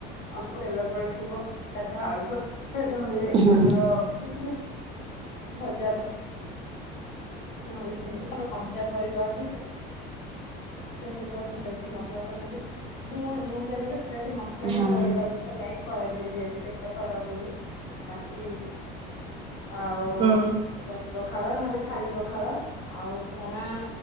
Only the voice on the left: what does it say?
ଅଳ୍ପ ତେଲ ପଡିଥିବ ସାଧା, ଆଳୁଭ ନହେଲେ
ଆମର କିଛି ବି, ଭଜା, ବା ନହେଲେ ଆମର କଞ୍ଚା ପରିବା ଅଛି ସେ ସେସବୁର ବେଶୀ ମସଲା ବନାଯାଏ ମୁଁ ମୋ ହିସାବରେ ଯଦି ମସଲା
ହିଁ ପଡିବା ନାଇ ଖରାଦିନେ ଯେହେତୁ ପେଟ ଖରାପ ହୁଏ ବାକି ଆଉ
ଦହି, ପଖାଳ, ନହେଲେ ଖାଲି, ପଖାଳ, ଆଉ ପଣା